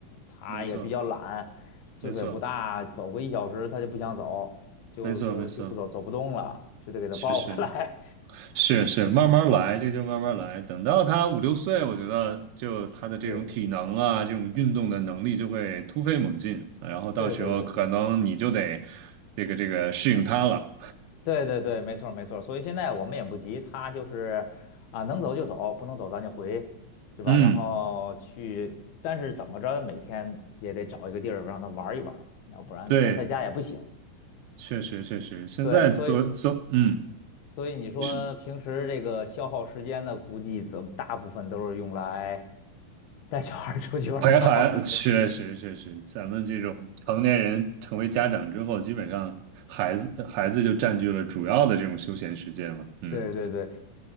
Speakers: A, on the left (about 85°); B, on the right (about 85°).
A: 他也比较懒，
B: 没错，
A: 岁数也不大，
B: 没错，
A: 走个一小时他就不想走，就就就不走，
B: 没错，没错，
A: 走不动了，就得给他抱回来。
B: 确实。是是，慢慢来，这就慢慢来。等到他五六岁，我觉得就他的这种体能啊，
A: <laughs> 对，
B: 这种运动的能力就会突飞猛进，然后到时候可能你就得
A: 对，对，对。
B: 这个这个适应他了。
A: 对对对，没错儿没错儿所以现在我们也不急，他就是啊，能走就走，不能走咱就回，对吧？
B: 嗯，
A: 然后去，但是怎么着，每天也得找一个地儿让他玩儿一玩儿要不然天天在家也不行。
B: 对，确实确实，现在做做，
A: 对，所以
B: 嗯，
A: 所以你说平时这个消耗时间的，
B: 是
A: 估计怎大部分都是用来带小孩儿出去玩儿消耗时间。
B: 陪孩，确实确实，咱们这种成年人成为家长之后，基本上孩子孩子就占据了主要的这种休闲时间了。嗯
A: 对对对，